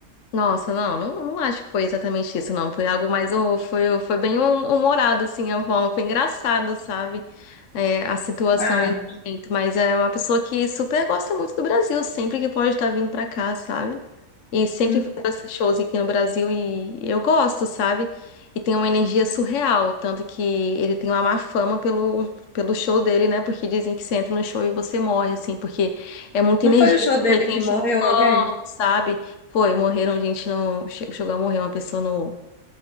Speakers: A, on the left; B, on the left.
A: Nossa, não, não, não acho que foi exatamente isso, não. Foi algo mais, hum, foi, foi bem hum- humorado, assim, a forma. Foi engraçado, sabe? É, a situação
B: Ah,
A: ali no momento. Mas é uma pessoa que super gosta muito do Brasil, sempre que pode estar vindo pra cá, sabe? E sempre
B: hum.
A: faz esses shows aqui no Brasil e eu gosto, sabe? E tem uma energia surreal, tanto que ele tem uma má fama pelo, pelo show dele, né? Porque dizem que você entra no show e você morre, assim, porque é muita
B: não
A: energia,
B: foi o show
A: muita
B: dele
A: gente
B: que morreu
A: pulando,
B: alguém?
A: sabe? Foi, morreram, a gente não. che- Chegou a morrer uma pessoa no,